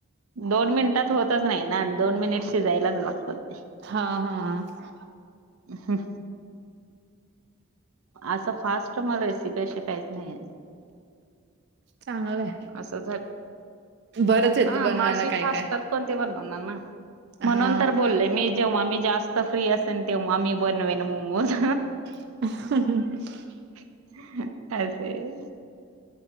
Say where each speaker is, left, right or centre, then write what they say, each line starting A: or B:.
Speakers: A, on the right; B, on the right.
A: दोन मिनिटात होतच नाही ना. दोन मिनिट शिजायलाच लागतात.
B: हा हा हा.
A: ह. आता फास्ट मला रेसिपी अश्या काहीच नाहीत.
B: चांगलंय.
A: असंच हाय.
B: बरंच येतं
A: हा
B: बनवायला
A: मासे
B: काय
A: फास्ट
B: काय
A: झटपट ते बनवणार ना. म्हणून
B: हा
A: तर बोलले मी. जेव्हा मी जास्त फ्री असेन तेव्हा मी बनवेल मोमोज.
B: <unintelligible>
A: हम चालतंय.